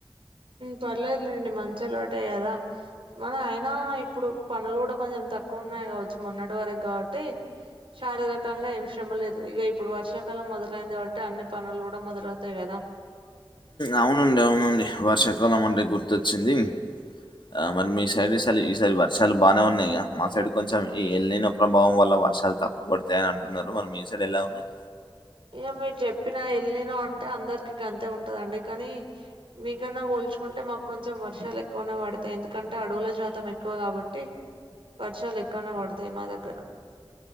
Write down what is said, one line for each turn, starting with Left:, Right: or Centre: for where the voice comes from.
Right: పర్లేదులేండి మంచాలువాటే కదా మనం అయినా ఇప్పుడు పనులు కూడా కొంచెం తక్కువ ఉన్నాయి కావచ్చు మొటి వరకు కాబట్టి శారీరకంగా ఏం శ్రమ లేదు ఇక ఇప్పుడు వర్ష కాలం మొదలైంది కాబట్టి అన్ని పనులు కూడా మొదలవుతాయి కదా
Left: అవునండి అవునండి వర్షాకాలం అంటే గుర్తొచ్చింది ఆ మరి మీ సైడ్ స ఈ సారి వర్షాలు బాగానే ఉన్నాయియా మా సైడ్ కొంచెం ఈ ఎలరైన ప్రభావం వల్ల వర్షాలు తక్కువ పడతాయని అంటున్నారు మరి మీ సైడ్ ఎలా ఉన్నాయి
Right: ఇక మీరు చెప్పినా వెళ్ళను అంటే అందరి అంతే ఉంటదండి కానీ మీకన్నా పోల్చుకుంటే మాకు కొంచెం వర్షాలు ఎక్కువనే పడతాయి ఎందుకంటే అంటే అడవుల శాతం ఎక్కువ కాబట్టి వర్షాలు ఎక్కువనే పడతాయి మా దగ్గర